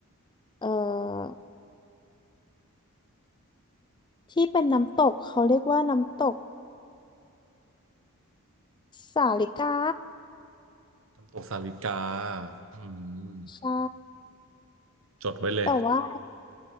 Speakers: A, on the left; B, on the right.
A: เอ่อที่เป็นน้ำตกเขาเรียกว่าน้ำตก สาลิกา
B: น้ำตกสาลิกาอืม
A: ใช่
B: จดไว้เลย
A: แต่ว่า